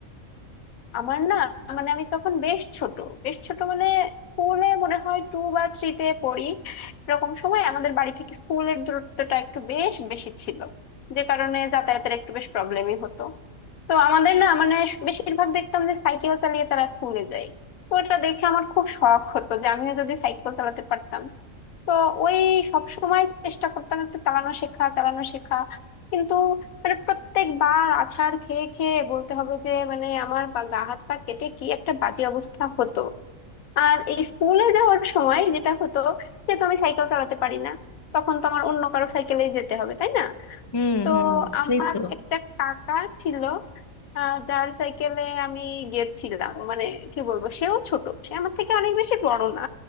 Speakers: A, on the left; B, on the left.
A: আমার না মানে আমি তখন বেশ ছোট বেশ ছোট মানে স্কুলে মনে হয় টু বা থ্রিতে পড়ি এরকম সময় আমাদের বাড়ি থেকে স্কুলের দূরত্বটা একটু বেশ বেশি ছিল যে কারণে যাতায়াতের একটু বেশ প্রবলেমই হতো তো আমাদের না মানে বেশিরভাগ দেখতাম যে সাইকেল চালিয়ে তারা স্কুলে যায় তো ওটা দেখে আমার খুব শখ হতো যে আমিও যদি সাইকেল চালাতে পারতাম তো ওই সব সময় চেষ্টা করতাম একটু চালানো শেখা চালানো শেখা কিন্তু মানে প্রত্যেকবার আছাড় খেয়ে খেয়ে বলতে হবে যে মানে আমার বা গা হাত পা কেটে কি একটা বাজে অবস্থা হতো আর এই স্কুলে যাওয়ার সময় যেটা হতো যেহেতু আমি সাইকেল চালাতে পারি না তখন তো আমার অন্য কারো সাইকেলেই যেতে হবে তাই না
B: হুম
A: তো
B: হুম
A: আমার
B: সেই তো
A: একটা কাকা ছিল আহ, যার সাইকেলে আমি গেছিলাম মানে কি বলবো সেও ছোট সে আমার থেকে অনেক বেশি বড় না